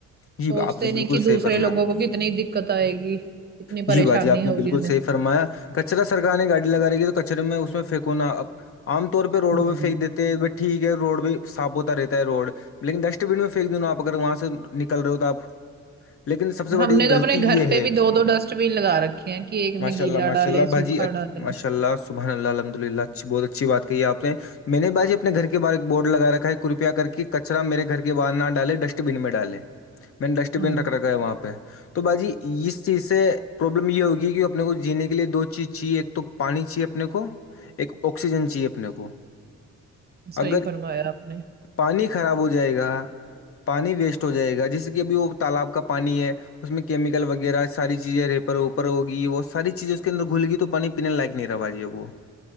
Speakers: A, on the left; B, on the right.
A: جی
B: سوچتے
A: آپ نے
B: نہیں
A: بالکل
B: کہ دوسرے
A: صحیح فرمایا
B: لوگوں کو کتنی دقت آئے گی کتنی پریشانی
A: جی باجی آپ نے
B: ہوگی
A: بالکل
B: انہیں
A: صحیح فرمایا کچرا سرار نے گاڑی لگا رہی تھی تو کچرے میں اس میں پھینکوناا عام طور پہ روڈوں
B: ہوں
A: پنیک دیتے ہیں بٹ ٹھیک ہے روڈ بھی صاف ہوتا رہتا ہے روڈ لیکن ڈسٹ بین میں پھینک دینا آپ اگر وہاں سے نکل رہے ہو تو آپ لیکن سب سے بڑی
B: ہم نے تو
A: غلطی
B: اپنے گھر
A: یہ
B: پہ
A: ہے
B: بھی دو دو ڈسٹ بین لگا رکھے ہیں کہ ایک
A: ماشاء
B: میں گیلا
A: اللہ ماشاء
B: ڈالے
A: اللہ باجی
B: سوکھا ڈالے
A: ماشاء اللہ صبحان اللہ الحمد للہ اچھی بہت اچھی بات کہی آپ نے میں نے باجی اپنے گھر کے باہر ایک بورڈ لگا رکھا ہے کرپیا کر کے کچرا میرے گھر کے باہر نہ ڈالے ڈسٹ بین میں ڈالے میں نے ڈسٹ
B: ہوں
A: بین رکھ رکھا ہے وہاں پہ تو باجی اس چیز سے پروابلم یہ ہوگی کہ اپنے کو جینے کے لیے دو چیز چاہیے ایک تو پانی چاہے اپنے کو ایک آکسیجن چاہیے اپنے کو
B: صحیح
A: اگر
B: فرمایا آپ نے
A: پانی خراب ہو جائے گا پانی ویسٹ ہو جائے گا جیسے کہ اب وہ تالاب کا پانی ہے اس میں کیمیکل وغیرہ ساری چیزیں ریپر اوپر ہوگی وہ ساری چیزیں اس کے اندر گھل گی تو پانی پینے لائق نہیں رہا اب باجی وہ